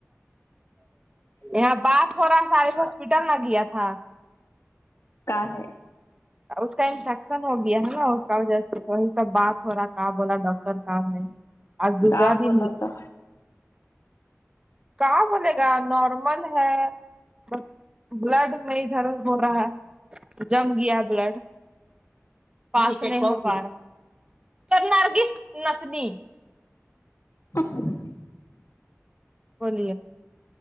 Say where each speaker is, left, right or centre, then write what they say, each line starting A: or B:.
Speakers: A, on the right (about 20°); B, on the left (about 75°).
A: یہاں بات ہو رہا سارے ہاسپٹل نہ گیا تھا
B: کا ہے
A: اس کا انفیکشن ہو گیا ہے نا اس کا وجہ سے وہی سب بات ہو رہا کیا بولا ڈاکٹر کہاں ہے آج دوسرا
B: کا بولا
A: دن
B: تو
A: کا بولے گا نارمل ہے بس بلڈ میں ادھر ہو رہا ہے جم گیا بلڈ پسار کرنارگی نکنی <unintelligible>
B: <unintelligible>
A: ہونی ہے